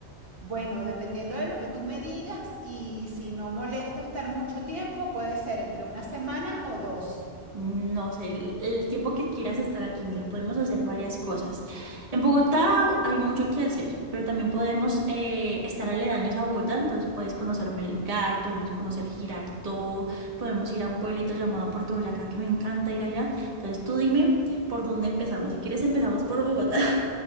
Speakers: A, on the right; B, on the right.
A: Bueno, dependiendo de lo que tú me digas y si no molesta estar mucho tiempo, puede ser entre una semana o dos.
B: No sé, el, el tiempo que quieras estar aquí, mira, podemos hacer varias cosas. En Bogotá hay mucho que hacer, pero también podemos eh, estar aledaños a Bogotá, entonces puedes conocer Melgar, podemos conocer Girardot, podemos ir a un pueblito llamado Puerto Boyacá, que me encanta ir allá. Entonces tú dime por dónde empezamos. Si quieres empezamos por Bogotá. <laughs>